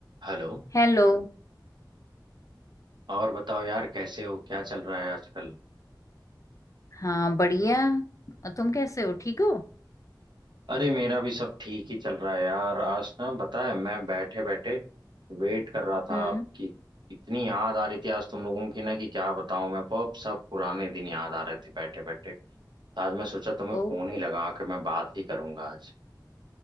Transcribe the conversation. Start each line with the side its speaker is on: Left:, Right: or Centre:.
Right: Hello
Left: Hello
Right: और बताओ यार कैसे हो क्या चल रहा है आजकल
Left: हाँ बढ़िया और तुम कैसे हो ठीक हो
Right: अरे मेरा भी सब ठीक ही चल रहा है यार आज ना बताया मैं बैठे बैठे वेट कर रहा था
Left: हम्म
Right: कि इतनी याद आ रही थी आज तुम लोगों की ना कि क्या बताऊं मैं वो सब पुराने दिन याद आ रहे थे बैठे बैठे तो आज मैं सोचा तुम्हें
Left: ओ
Right: फोन ही लगा के मैं बात ही करूंगा आज